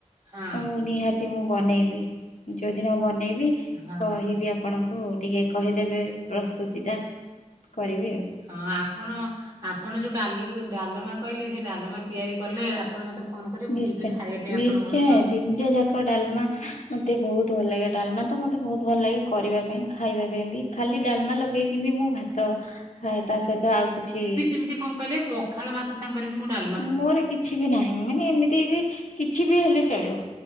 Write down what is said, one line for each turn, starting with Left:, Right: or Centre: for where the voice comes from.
Right: ହଁ
Left: ଆଉ ନିହାତି ମୁଁ ବନେଇବି ଯୋଉଦିନ ବନେଇବି
Right: ହଁ
Left: କହିବି ଆ ଆପଣଙ୍କୁ ଟିକେ କହିଦେବେ ପ୍ରସ୍ତୁତିଟା କରିବି ଆଉ।
Right: ହଁ ଆପଣ ଆପଣ ଯୋଉ ଡାଲି ଡାଲମା କହିଲେ ସେ ଡାଲମା ତିଆରି କଲେ। ଆପଣ ମୋତେ ଫୋନ କରିିବ
Left: ନିଶ୍ଚୟ
Right: ମୁଁ ଯିବି ଖାଇବା ପାଇଁ
Left: ନିଶ୍ଚୟ
Right: ଆପଣଙ୍କ ଘରକୁ ଆଉ।
Left: ତିନିଟା ଯାକ ଡାଲମା ମୋତେ ବହୁତ ଭଲ ଲାଗେ ଡାଲମା ତ ମୋତେ ବହୁତ ଭଲ ଲାଗେ କରିବା ପାଇଁ ଖାଇବା ପାଇଁ ବି। ଖାଲି ଡାଲମା ଲଗେଇକି ବି ମୁଁ ଭାତ ଖାଏ ତା ସହିତ ଆଉ କିଛି।
Right: ଏମିତି କଣ କଲେ ପଖାଳ ଭାତ ସାଙ୍ଗରେ ବି ମୁଁ ଡାଲ
Left: ମୋର କିଛି ବି ନାହିଁ ମାନେ ଏମିତି ବି କିଛି ବି ହେଲେ ଚଳିବ